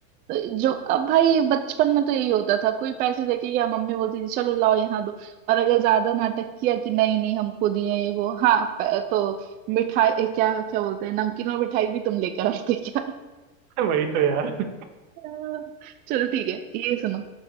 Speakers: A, on the right (about 25°); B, on the right (about 55°).
A: तो जो अब भाई बचपन में तो यही होता था कोई पैसे देके या मम्मी बोलती थी चलो लाओ यहाँ दो और अगर ज्यादा नाटक किया कि नहीं नहीं हमको दिए ये वो हाँ प- तो मिठाई ए, क्या क्या बोलते हैं नमकीन और मिठाई भी तुम लेकर आते क्या
B: वही तो यार <laughs>
A: <laughs> चलो ठीक है ये सुनो